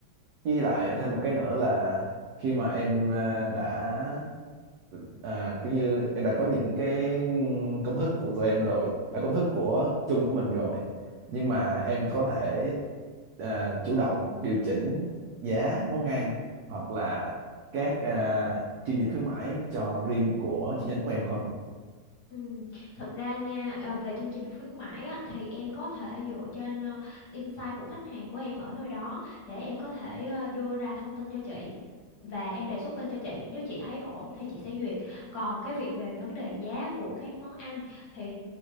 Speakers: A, on the right; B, on the left.
A: với lại thêm một cái nữa là khi mà em à, đã à, kiểu như em đã có những cái ừm, công thức của tụi em rồi à, công thức của chung của mình rồi nhưng mà em có thể à, chủ động điều chỉnh giá món ăn hoặc là các à, chương trình khuyến mãi cho riêng của chi nhánh của em không
B: Ừ. Thật ra nha ờ, về chương trình khuyến mãi á, thì em có thể dựa trên ờ, insight của khách hàng của em ở nơi đó để em có thể ờ, đưa ra thông tin cho chị và em đề xuất lên cho chị nếu chị thấy ổn thì chị sẽ duyệt còn cái việc về vấn đề giá của các món ăn thì